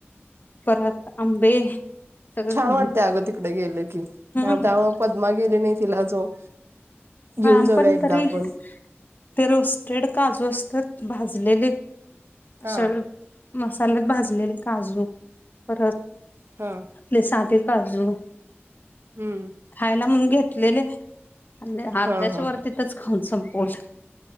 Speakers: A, on the left; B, on the right.
A: परत आंबे, सगळं
B: छान
A: घेऊन
B: वाटतंय अगं तिकड गेलं की त्या
A: हम्म
B: त्यामुळे पदमा गेली नाही तिला जो- घेऊन
A: आपण
B: जाऊया एकदा
A: तरी
B: आपण
A: <unintelligible> काजू असतात भाजलेली. <inaudible>
B: हा
A: त्याला भाजलेले काजू, परत,
B: हा
A: आपले सादे, काजू.
B: हम्म
A: खायला म्हण घेतलेले. <inaudible>
B: हा हा
A: खाऊन संपवलंय.